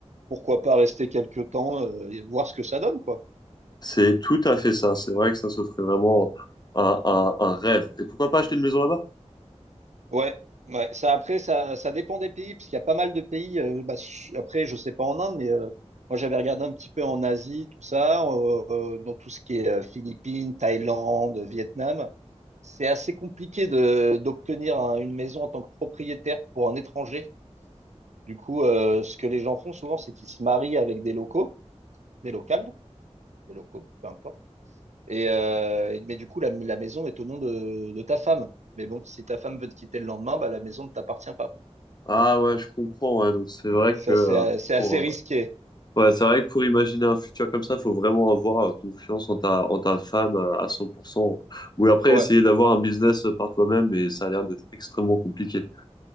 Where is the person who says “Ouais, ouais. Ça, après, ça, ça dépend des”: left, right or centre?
Right